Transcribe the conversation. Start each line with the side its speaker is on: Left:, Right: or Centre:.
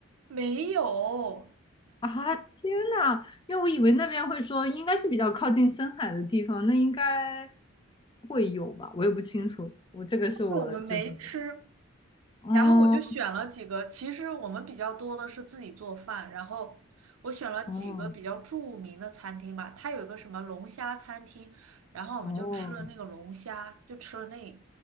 Right: 没有，
Left: 啊，天呐，因为我以为那边会说应该是比较靠近深海的地方，那应该会有吧，我也不清楚，我这个是我就怎么说，
Right: 但是我们没吃，
Left: 哦
Right: 然后我就选了几个，其实我们比较多的是自己做饭，然后我选了几个比较著名的餐厅吧，
Left: 哦
Right: 它有一个什么龙虾餐厅，然后我们就吃了那个龙虾，
Left: 哦
Right: 就吃了那